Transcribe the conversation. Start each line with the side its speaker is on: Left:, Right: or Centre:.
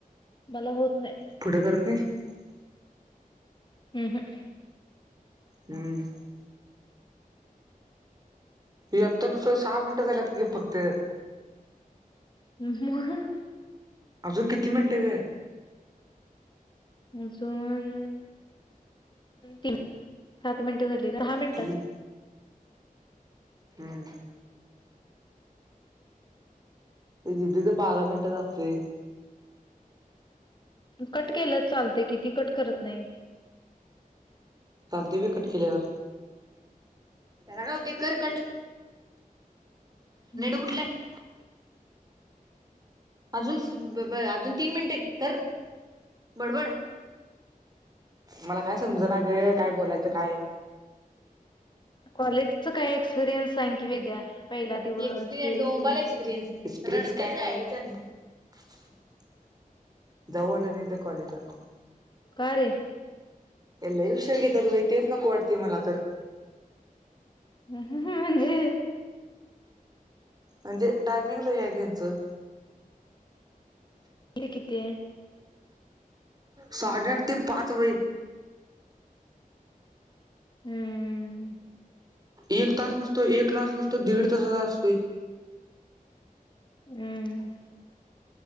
Left: मला होत नाही
Right: पुठे करत नाही
Left: हम् हम्
Right: हम्म अत्ता नस्त सहा मिनट झालत फक्त
Left: ह
Right: अजून किती मिनटे ग?
Left: अजून तीन सात मिनटं झालीत. दहा मिनटात
Right: तीन हम्म दीदी च बारा मिनटात असले
Left: कट केलंच चालते कि ती कट करत नाही?
Right: चालते व्हय कट केल्यावर त्याला काय होतय कर कट -
Left: हम्म
Right: कुठलं आहे. अजून ब ब अजून तीन मिनिट आहेत धर तर बडबड मला काय समज ना ग काय बोलायचं काय?
Left: कॉलेजच काय एक्सपिरियन्स सांग की, विद्या पहिला दिवस
Right: एक्सपिरियन्स
Left: हे
Right: डोबाल
Left: ते
Right: एक्सपिरियन्स काही नाही <unintelligible> जाऊ वाटत नाही कॉलेजला
Left: कारे
Right: लई उशीर घेतात वहि तेच नको वाटते मला तर
Left: ह ह म्हणजे
Right: म्हणजे टायमिंग लय हाय ग यांचं
Left: किती ते
Right: साडेआठ ते पाच वाजे
Left: हम्म
Right: एक तास नुसता एक क्लास नुसतो दीड तासाचा असतोय
Left: हम्म